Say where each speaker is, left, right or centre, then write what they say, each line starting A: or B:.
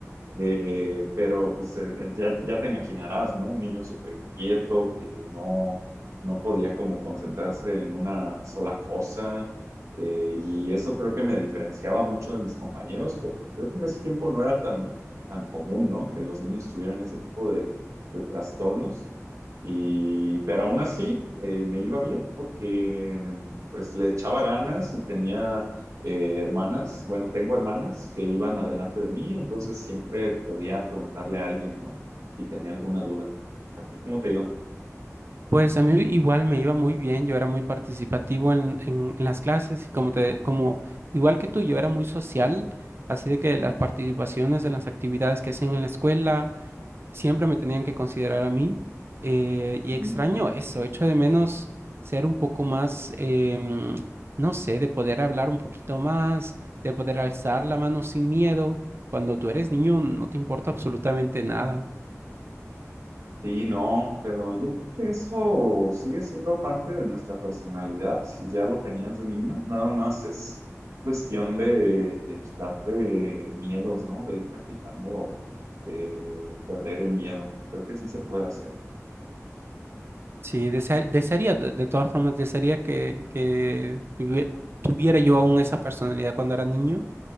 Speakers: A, on the right; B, on the right.
A: Eh, pero pues eh, eh, ya, ya te imaginarás, ¿no? Un niño súper inquieto que no, no podía como concentrarse en una sola cosa. eh, y eso creo que me diferenciaba mucho de mis compañeros, porque creo que en ese tiempo no era tan, tan común, ¿no? Que los niños tuvieran ese tipo de, de trastornos. Y, pero aún así eh, me iba bien porque pues le echaba ganas y tenía eh, hermanas, bueno, tengo hermanas que iban adelante de mí, entonces siempre podía preguntarle a alguien, ¿no? Si tenía alguna duda. ¿A ti cómo te iba?
B: Pues a mí igual me iba muy bien, yo era muy participativo en, en- en las clases, y como te, como igual que tú, yo era muy social, así de que las
A: Ujú,
B: participaciones en las actividades que hacían en la escuela siempre me tenían que considerar a mí eh, y
A: ujú.
B: extraño eso, echo de menos ser un poco más, em, no sé, de poder hablar un poquito más, de poder alzar la mano sin miedo, cuando tú eres niño no te importa absolutamente nada.
A: Sí, no, pero yo creo que eso sigue siendo parte de nuestra personalidad, si ya lo tenías de niño, nada más es cuestión de, de quitarte miedos, ¿no? De ir practicando eh, perder el miedo. Creo que sí se puede hacer.
B: Sí, desea- desearía, de, de todas formas, desearía que, que tuvie- tuviera yo aún esa personalidad cuando era niño.